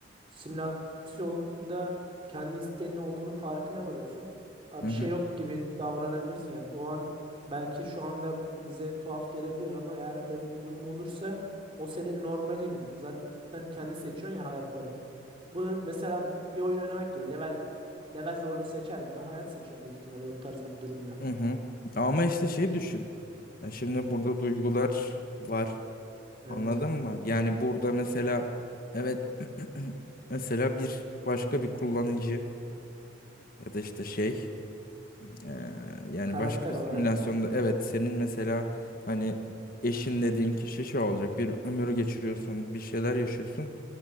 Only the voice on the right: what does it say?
Simülasyonda kendi isteğinin olduğunun farkına varıyorsun. Aa,
bir
şey yok gibi davranabilirsin yani. O an belki şu anda bize tuhaf gelebilir ama eğer öyle bir durum olursa o senin normalin olur. Zaten kendi seçiyorsun ya hayatları. Bu mesela bir bir oyun oynamak gibi level level zorluğu seçer gibi hayat seçiyorsun büyük ihtimalle o tarz bir durumda.
Evet.
Karakter
olarak.